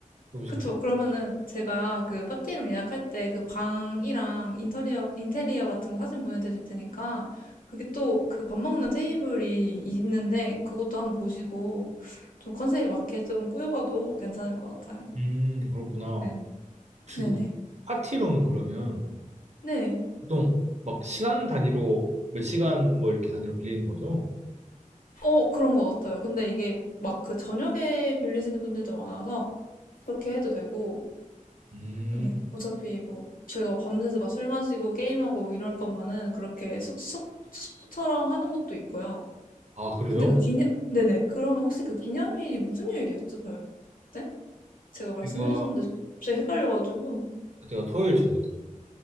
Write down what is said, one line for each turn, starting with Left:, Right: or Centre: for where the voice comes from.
Right: 음식
Left: 그쵸.
Right: 같은.
Left: 그러면은 제가 그 파티 이름 예약할 때 그 방이랑 인테리어, 인테리어 같은 거 사진 보내드릴 테니까 그게 또 그 밥 먹는 테이블이 있는데 그것도 한번 보시고 좀 컨셉에 맞게 좀 꾸며봐도 괜찮을 것 같아요.
Right: 음, 그렇구나.
Left: 네.
Right: 혹시
Left: 네네.
Right: 그 파티룸은 그러면
Left: 네.
Right: 보통 막 시간 단위로 몇 시간 뭐 이렇게 단위로 빌리는 거죠?
Left: 어, 그런 것 같아요. 근데 이게 막 그 저녁에 빌리시는 분들도 많아서 그렇게 해도 되고,
Right: 음,
Left: 네. 어차피 뭐 저희가 막 밤새서 막 술 마시고 게임하고 이럴 거면은 그렇게 숙소처럼 하는 것도 있고요.
Right: 아, 그래요?
Left: 근데 그 기념, 네네. 그러면 혹시 그 기념일이 무슨 요일이었죠? 저, 네? 제가 말씀해
Right: 제가
Left: 주셨는데 갑자기 헷갈려가지고.
Right: 그가 토요일 저녁이요.